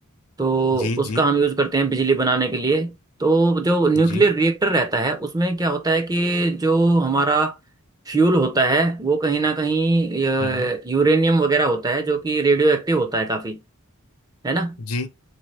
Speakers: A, on the right; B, on the left.
A: तो
B: जी
A: उसका
B: जी
A: हम यूज़ करते हैं बिजली बनाने के लिए तो जो न्यूक्लियर
B: जी
A: रिएक्टर रहता है उसमें क्या होता है कि जो हमारा फ्यूल होता है वो कहीं ना कहीं अ,
B: हम्म हम्म,
A: यूरेनियम वगैरह होता है जो कि रेडियो एक्टिव होता है काफ़ी है ना
B: जी